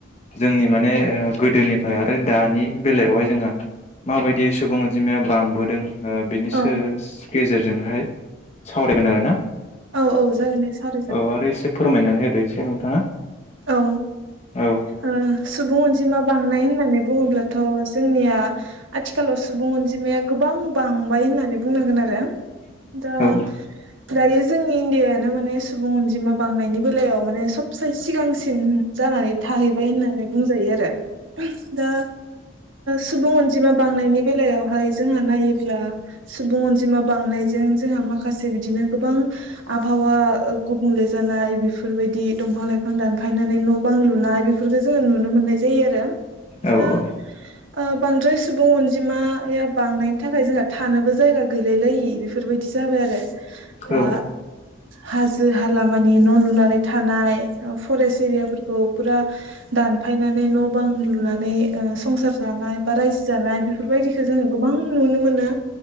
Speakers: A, on the left; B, on the right.
A: जोंनि माने ओ गोदोनिफ्राय आरो दानि बेलायावहाय जोंओ माबायदि सुबुं अनजिमाया बांबोदों। ओ बिनि
B: औ
A: सो गेजेरजोंहाय सावरायगोन आरो ना
B: औ औ जागोन दे सार
A: औ आरो एसे फोरमायनानै होदो एसे नोंथाङा
B: औ
A: औ
B: ओ सुबुं अनजिमा बांनाय होननानै बुङोब्लाथ' जोंनिया आथिखालाव सुबुं अनजिमाया गोबां बांबाय होननानै बुंनांगोन आरो दा
A: औ
B: दायो जोंनि इण्डियानो माने सुबुं अनजिमा बांनायनि बेलायाव माने सोबसे सिगांसिन जानानै थाहैबाय होननानै बुंजायो आरो दा सुबुं अनजिमा बांनायनि बेलायाव हाय जोंहा नायोब्ला सुबुं अनजिमा बांनायजों जोंहा माखासे बिदिनो गोबां आबहावा गुबुंले जानाय बेफोरबायदि दंफां लाइफां दानफायनानै न' बां लुनाय बेफोरफोरखौ जोङो नुनो मोननाय जायो आरो
A: औ
B: दा
A: औ
B: ओ बांद्राय सुबुं अनजिमाया बांनायनि थाखाय जोंहा थानोबो जायगा गैलाय लायि बेफोरबायदि जाबाय आरो दा
A: औ
B: हाजो हा मानि न' लुनानै थानाय फरेस्ट एरियाफोरखौ फुरा दानफायनानै न' बां लुनानै संसार जा- - बा रायजो जानाय बेफोरबायदिखौ जोङो गोबां नुनो मोनो